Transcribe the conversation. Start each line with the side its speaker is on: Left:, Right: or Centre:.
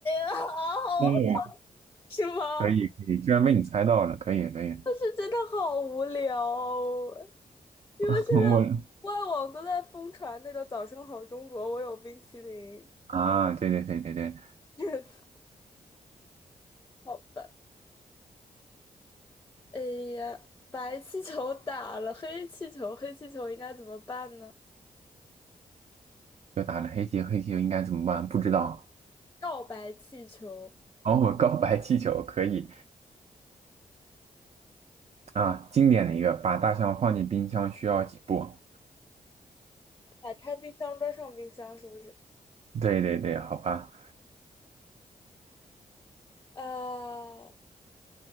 Left: 啊，
Right: 嗯
Left: <laughs> 是吗？
Right: 可以可以，居然被你猜到了，可以可以。
Left: 但是真的好无聊哦因为现在外网都在疯传那个“早上好，
Right: <laughs> 我
Left: 中国”，我有冰淇淋。
Right: 啊，对对对对对，
Left: <laughs> 好吧，哎呀，白气球打了黑气球，黑气球应该怎么办呢？
Right: 又打了黑棋，黑棋又应该怎么办？不知道。
Left: 告白气球，
Right: 哦，我告白气球可以啊，经典的一个，把大象放进冰箱需要几步？
Left: 打开冰箱，关上冰箱，是不是？
Right: 对对对，好吧，
Left: 呃